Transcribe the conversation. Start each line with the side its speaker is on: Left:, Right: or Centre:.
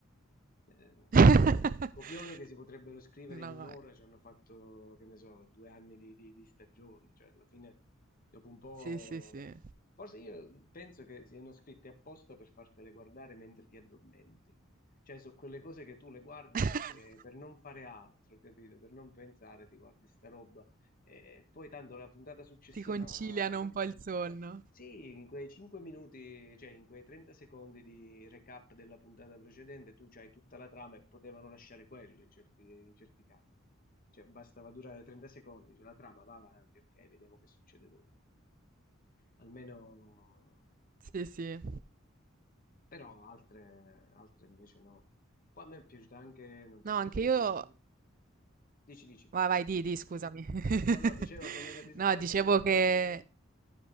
Left: eh,
Right: <laughs>
Left: copioni che si potrebbero scrivere
Right: No,
Left: in un'ora
Right: no,
Left: ci hanno fatto, che ne so, due anni di, di- di stagioni, cioè alla fine dopo un po'...
Right: sì, sì, sì.
Left: Forse io penso che siano scritti apposta per fartele guardare mentre ti addormenti. Cioè, sono quelle cose che tu le guardi
Right: <laughs>
Left: perché, per non fare altro, capito? Per non pensare, ti guardi sta roba. E poi tanto la puntata successiva
Right: Ti conciliano un po' il sonno.
Left: sì, in quei 5 minuti, cioè in quei 30 secondi di recap della puntata precedente, tu c'hai tutta la trama e potevano lasciare quello in certi, in certi casi. Cioè, bastava durare 30 secondi, cioè, la trama va avanti, ok, vediamo che succede dopo. Almeno,
Right: Sì, sì.
Left: però altre, altre invece no. Poi a me è piaciuta anche, non so
Right: No,
Left: se
Right: anche
Left: ti piace,
Right: io
Left: dici, dici.
Right: Vai, vai, di, di, scusami. <laughs>
Left: No, no, dicevo che mi era piaciuta
Right: No,
Left: anche
Right: dicevo
Left: molto
Right: che